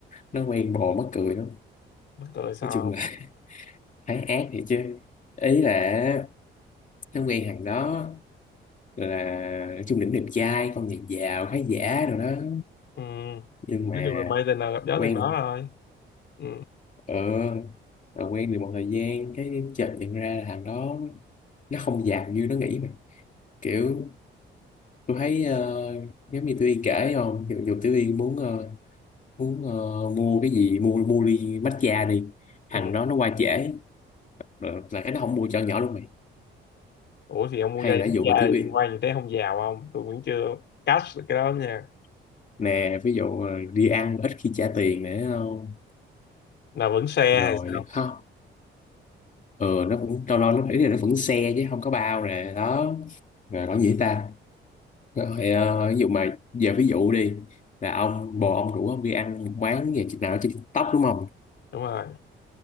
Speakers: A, on the left; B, on the left.
A: nó quen bồ mắc cười lắm
B: mắc cười sao
A: nói chung
B: không
A: là <laughs> thấy ác thiệt chứ ý là nó quen thằng đó là nói chung đỉnh đẹp trai con nhà giàu khá giả rồi đó
B: ừ.
A: nhưng mà
B: nói chung là mê tình nào gặp gió
A: quen
B: từng đó
A: một
B: rồi ừ.
A: ờ rồi quen được một thời gian cái chợt nhận ra là thằng đó nó không giàu như nó nghĩ mà kiểu tôi thấy ờ, giống như Tiểu Yên kể không dù, dù Tiểu Yên muốn ờ, muốn ờ, mua cái gì mua mua ly matcha đi
B: Ừ.
A: thằng đó nó qua trễ là, là cái nó không mua cho nhỏ luôn mày
B: ủa thì ông mua
A: hay
B: dây
A: là
B: quốc
A: ví dụ
B: gia
A: mà Tiểu
B: là liên
A: Yên
B: quan gì tới không giàu không tôi vẫn chưa catch được cái đó nha
A: nè ví dụ ờ, đi ăn ít khi trả tiền nữa không
B: là vẫn xe
A: rồi
B: hay sao
A: không ừ nó cũng lâu lâu nó nghĩ là nó vẫn xe chứ không có bao nè đó rồi còn gì ta rồi ờ, ví dụ mà giờ ví dụ đi là ông bồ ông rủ ông đi ăn một quán nhà chị nào trên TikTok đúng không
B: đúng rồi